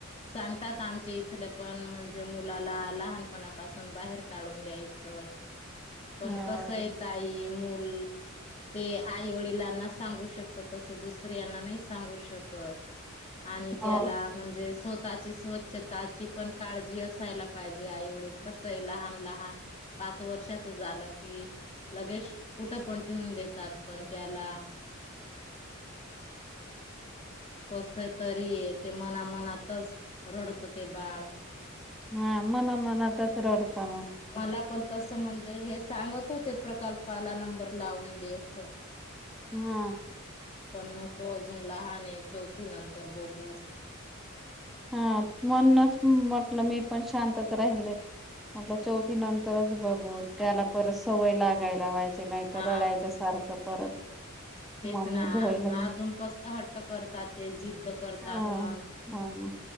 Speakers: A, on the left; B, in the centre.
A: सांगतात आमचे इथले पण म्हणजे मुलाला लहानपणापासून बाहेर काढून द्यायचं. पण
B: हा
A: कस येत आई मुल ते आई वडिलांना सांगू शकत, तस दुसऱ्यांना नाही. सांगू शकत आणि त्याला
B: हम्म
A: म्हणजे स्व स्वतःची स्वच्छताची पण काळजी असायला पाहिजे, आई वडील कसं आहे लहान लहान पाच वर्षाच झालं कि लगेच कुठ पण ठेवून देतात. पण त्याला <inaudible> कस तरी ते मनामनातच रडतं ते बाळ
B: हा मना मनातच रडता मग
A: मला पण तस म्हणजे हे सांग ते प्रकल्पाला नंबर लावून देस
B: हा
A: पण नको अजून लहान आहे. चौथी नंतर बघू
B: हा म्हणूनच मी पण शांतच राहिले म्हटलं चौथी नंतरच बघू त्याला परत सवय लागायला व्हायची नाही
A: हा
B: तर रडयच सारखं परत
A: तेच
B: मम्मी
A: ना
B: घ्यायला येईल.
A: अजून कस हट्ट करतात ते जिद्द करतात
B: हा
A: मग
B: हा